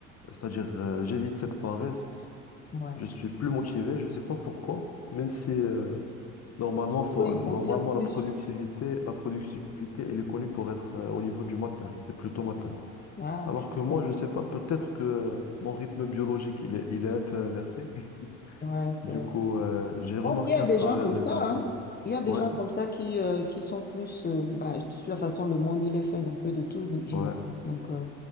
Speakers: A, on the left; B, on the left.
A: c'est-à-dire, euh, j'évite cette paresse,
B: Ouais.
A: je suis plus motivé, je ne sais pas pourquoi, même si euh, normalement,
B: Pourquoi
A: faut,
B: ils
A: normalement
B: fonctionnent plus?
A: la productivité, la productivité, elle est connue pour être euh, au niveau du matin, c'est plutôt matin.
B: Ah,
A: Alors que moi,
B: mais-
A: je ne sais pas, peut-être que euh, mon rythme biologique, il est, il est un peu inversé. <laughs>
B: ouais, c'est-
A: Du
B: Je
A: coup, euh, j'ai remarqué
B: pense qu'il y a
A: à
B: des
A: travers
B: gens comme
A: les
B: ça,
A: années.
B: hein. Il y a des
A: Ouais,
B: gens comme ça qui, euh, qui sont plus... euh, bah, de toute la façon, le monde, il est fait d'un peu de tout, donc j'imagine.
A: ouais,
B: Donc, euh,